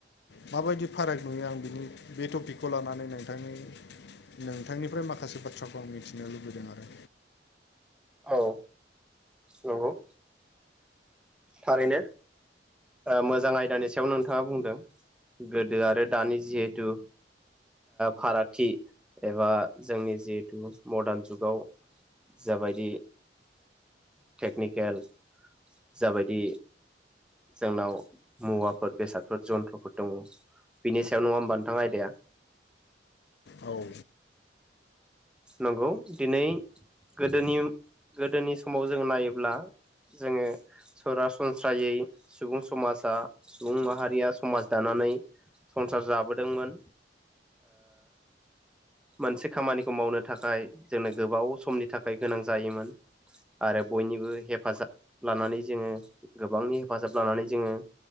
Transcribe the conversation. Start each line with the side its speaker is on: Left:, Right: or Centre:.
Left: माबायदि फाराग नुयो आं बिनि बे टपिकखौ लानानै नोंथांनि नोंथांनिफ्राय माखासे बाथ्राखौ आं मिथिनो लुबैदों आरो
Centre: औ नंगौ थारैनो मोजां आयदानि सायाव नोंथाङा बुंदों गोदो आरो दानि जिहेथु फारागथि एबा जोंनि जिहेथु मदारन जुगाव जाबायदि टेकनिकेल जाबायदि जोंनाव मुवाफोर बेसादफोर जन्थ्रफोर दङ बि सायाव नङाोमबा नोंथां आयदाया
Left: औ
Centre: नंगौ दिनै गोदोनि गोदोनि समाव जों नायोब्ला जोङो सरासनस्रायै सुबुं समाजा सुबुं माहारिया समाज दानानै संसार जाबोदोंमोन मोनसे खामानि मावनो थाखाय जोंनो गोबाव समनि थाखाय गोनां जायोमोन। आरो बयनिबो हेफाजाब लानानै जोङो गोबांनि हेफाजाब लानानै जोङो